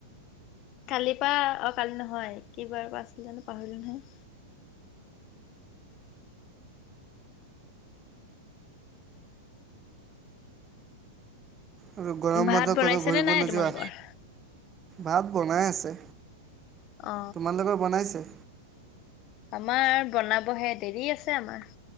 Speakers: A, on the left (about 40°); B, on the right (about 25°).
A: কালিৰ পৰা অ কালি নহয়, কিবাৰ পৰা আছিলে জানো পাহৰিলো নহয়।
B: আৰু গৰম
A: ভাত
B: বন্ধ
A: বনাইছেনে
B: ক'তো ঘূৰিব
A: নাই
B: নোযোৱা?
A: তোমালোকৰ?
B: ভাত বনাই আছে
A: অ
B: তোমালোকৰ বনাইছে?
A: আমাৰ বনাবহে দেৰি আছে আমাৰ।